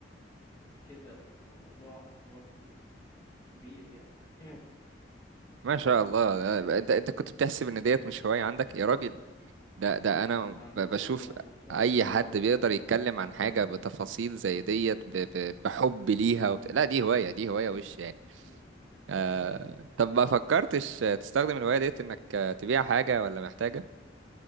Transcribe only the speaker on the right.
ما شاء الله ده- انت انت كنت بتحسب ان ديت مش هوايه عندك يا راجل ده ده انا
ب- بشوف
اي
حد بيقدر
يتكلم
عن حاجه
بتفاصيل زي ديت ب- ب- بحب ليها وبت... لا دي هوايه دي هوايه وش يعني
آه... طب ما فكرتش تستخدم الهوايه ديت انك آه، تبيع حاجه ولا محتاجه